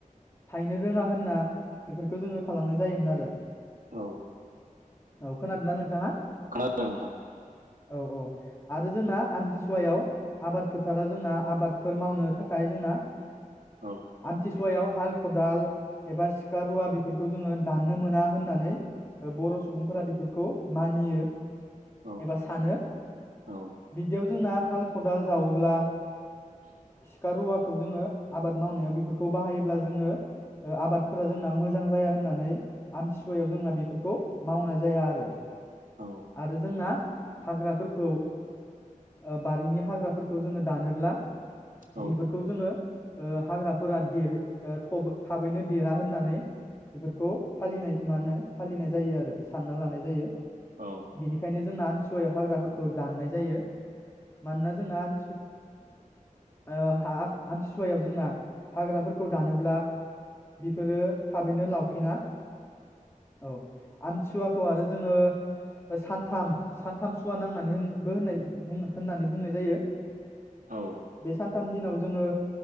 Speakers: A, on the left; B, on the right.
A: थनो रोङा होनना बेफोरखौ जोङो खालामनाय जायोमोन आरो
B: औ
A: औ खोनादोंना नोंथाङा
B: खोनादों नोंथां
A: औ औ आरो जोंना आमथिसुवायाव आबाद फोथाराव जोंना आबादफोर मावनो थाखाय जोंना।
B: औ
A: आमथि सुवायाव हाल खदाल एबा सिखा रुवा बेफोरखौ जोङो दाननो मोना होननानै बर' सुबुंफोरा बेफोरखौ मानियो
B: औ
A: एबा सानो
B: औ
A: बिदियाव जोंना हाल खदाल जावोब्ला सिखा रुवाखौ जोङो। आबाद मावनायाव बेफोरखौ बाहायोब्ला जोङो ओ आबादफोरा जोंना मोजां जाया होननानै आमथिसुवायाव जोंना बेफोरखौ मावनाय जाया आरो
B: औ
A: आरो जोंना हाग्राफोरखौ ओ बारिनि हाग्राफोरखौ जोङो दानोब्ला।
B: औ
A: बेफोरखौ जोङो ओ हाग्राफोरा देर ओ थब थाबैनो देरा होननानै बेफोरखौ फालिनाय मा होनो फालिनाय जायो आरो। सानना लानाय जायो
B: औ
A: बिनिखायनो जोंना सुवायाव हाग्राफोरखौ दान्नाय जायो। मानोना जोंना आम ओ हा आम सुवायाव जोंना हाग्राफोरखौ दानोब्ला बेफोरो थाब थाबैनो लावफिना औ आमथिुवाखौ आरो जोङो सानथाम सानथाम सुवा नांनानै होन्नानै बो होननानै बुंनाय जायो
B: औ
A: बे सानथाम दिनाव जोङो